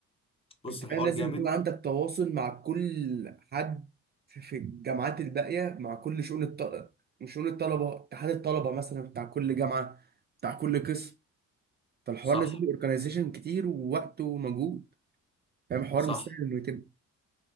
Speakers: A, on the left (about 20°); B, on the right (about 35°).
A: بص
B: انت
A: الحوار
B: فاهم لازم
A: جامد
B: يكون عندك تواصل مع كل حد في في الجامعات الباقية مع كل شؤون الطلبة شؤون الطلبة اتحاد الطلبة مثلا بتاع كل جامعة بتاع كل قسم فالحوار
A: صح
B: لازم اورجنايزيشن كتير ووقت ومجهود فاهم الحوار
A: صح
B: مش سهل انه يتم